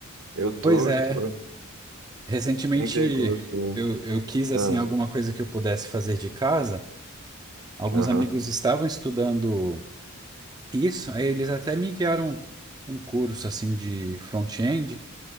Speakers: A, on the right; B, on the right.
A: Eu tô,
B: Pois é,
A: eu tô.
B: recentemente
A: Quem vem com você?
B: eu, eu quis, assim,
A: Ah,
B: alguma coisa que eu pudesse fazer de casa. Alguns
A: aham,
B: amigos estavam estudando isso, aí eles até me enviaram um curso, assim, de front-end.